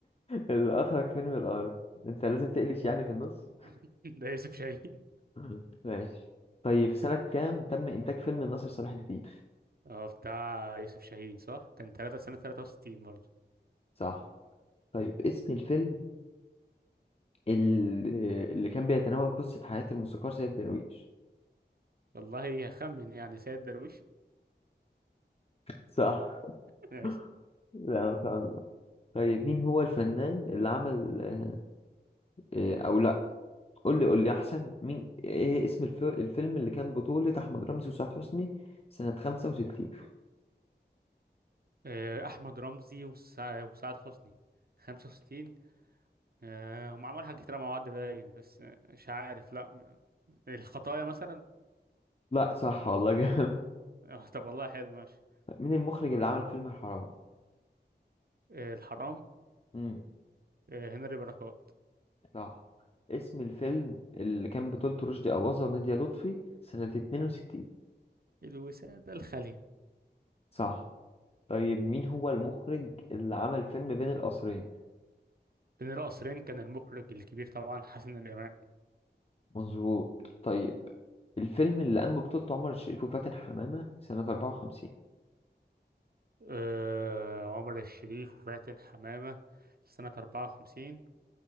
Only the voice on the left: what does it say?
اللي أخرج فيلم الأرض أنت لازم تقلش يعني
في النص
<laughs> ماشي طيب سنة كام تم إنتاج فيلم ناصر صلاح الدين
صح طيب اسم الفيلم اللي, اللي كان بيتناول قصة حياة الموسيقار سيد درويش
صح <laughs>
لا ما شاء الله طيب مين هو الفنان اللي عمل آه، آه، أو لا قول لي قول لي احسن مين ايه اسم الف... الفيلم اللي كان بطولة احمد رمزي وسعاد حسني سنة 65
لا صح والله جامد
<laughs> مين المخرج اللي عمل فيلم الحرام
امم
صح اسم الفيلم اللي كان بطولته رشدي أباظة ونادية لطفي سنة 62
صح طيب مين هو المخرج اللي عمل فيلم بين القصرين
مظبوط طيب الفيلم اللي قام ببطولته عمر الشريف وفاتن حمامة سنة 54